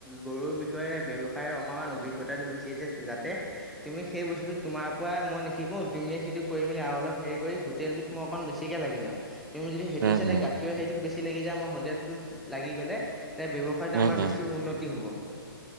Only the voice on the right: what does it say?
উম
উম
উম
উম